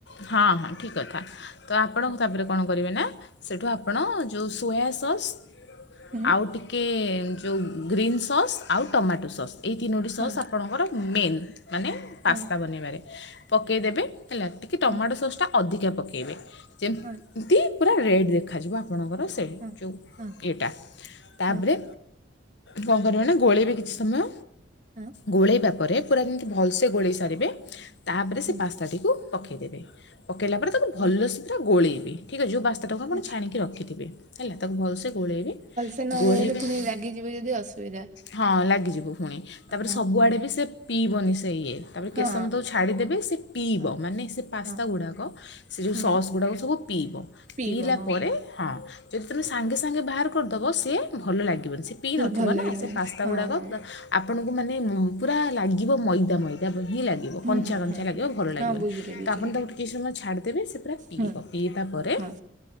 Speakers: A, on the left; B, on the right.
A: ହଁ, ହଁ ଠିକ କଥା। ତ ଆପଣ
B: ହଁ
A: ତାପରେ କ'ଣ କରିବେ ନା ସେଠୁ ଆପଣ ଯୋଉ ସୋୟା ସସ୍।
B: ହୁଁ
A: ଆଉ ଟିକେ। ଯୋଉଁ ଗ୍ରୀନ୍ ସସ୍ ଆଉ ଟମାଟୋ ସସ୍ ଏହି ତିନୋଟି ସସ୍
B: ହଁ
A: ଆପଣଙ୍କର ମେନ୍। ମାନେ ପାସ୍ତା
B: ହଁ
A: ବନେଇବାରେ। ପକେଇଦେବେ ହେଲା ଟିକେ ଟମାଟୋ
B: ହଁ
A: ସସ୍ ଟା ଅଧିକା ପକାଇବେ ଯେମିତି।
B: ହଁ
A: ପୁରା ରେଡ଼ ଦେଖାଯିବ ଆପଣଙ୍କର ସେଇ
B: ହଁ
A: ଯେଉଁ
B: ହଁ
A: ଇଏଟା ତାପରେ।
B: ହଁ
A: କ'ଣ କରିବେନା ଗୋଳେଇବେ କିଛି ସମୟ
B: ହଁ
A: ଗୋଳେଇବା ପରେ ପୁରା ଦିନ। ଭଲସେ ଗୋଳେଇ ସାରିବେ ତାପରେ ସେ
B: ହୁଁ
A: ପାସ୍ତା ଟିକୁ ପକେଇଦେବେ ପକେଇଲା ପରେ। ତାକୁ
B: ହଁ
A: ଭଲସେ
B: ହଁ
A: ପୁରା ଗୋଳେଇବେ ଠିକ୍ ଅଛି ଯୋଉଁ ପାସ୍ତା ଟାକୁ ଆପଣ
B: ଆଚ୍ଛା
A: ଛାଣିକି ରଖିଥିବେ ହେଲା ତାକୁ ଭଲସେ ଗୋଳେଇବେ।
B: ସେ ନ
A: ଗୋଳେଇବେ
B: ଗୋଳେଇଲେ ପୁଣି ରାଗିଯିବେ ଯଦି ଅସୁବିଧା।
A: ହଁ ଲାଗିଯିବ ପୁଣି ତାପରେ
B: ହଁ
A: ସବୁଆଡ଼େ ବି ସେ ପିଇବନି ସେ ଇଏ। ତାପରେ
B: ହଁ
A: କେଶସମୟ ତାକୁ ଛାଡ଼ିଦେବେ ସେ ପିଇବ
B: ହଁ
A: ମାନେ ସେ ପାସ୍ତା
B: ହଁ
A: ଗୁଡ଼ାକ। ସେ ଯୋଉ
B: ହୁଁ
A: ସସ୍ ଗୁଡାକ ସବୁ ପିଇବ।
B: ପିଇବ
A: ପିଇଲା
B: ହଁ
A: ପରେ ହଁ ଯଦି ତମେ ସାଙ୍ଗେ, ସାଙ୍ଗେ ବାହାର କରିଦବ ସେ। ସିଏ ଭଲ ଲାଗିବନି ସିଏ
B: ହଁ
A: ପିଇ ନଥିବ
B: ଭଲ ଲାଗିବନି
A: ନା ସେ ପାସ୍ତା
B: ହଁ
A: ଗୁଡ଼ାକ।
B: ହଁ
A: ଆପଣଙ୍କୁ ମାନେ ପୁରା ଲାଗିବ ମଇଦା, ମଇଦା ହିଁ ଲାଗିବ
B: ହୁଁ
A: କଞ୍ଚା,
B: ହୁଁ
A: କଞ୍ଚା
B: ହୁଁ
A: ଲାଗିବ
B: ହୁଁ
A: ଭଲ
B: ହଁ
A: ଲାଗିବନି।
B: ବୁଝିଲି ବୁଝିଲି
A: ତା ପରେ ତାକୁ କିଛି ସମୟ ଛାଡ଼ିଦେବି ସେ ପୁରା ପିଇବ
B: ହୁଁ
A: ପିଇବା ପରେ।
B: ହଁ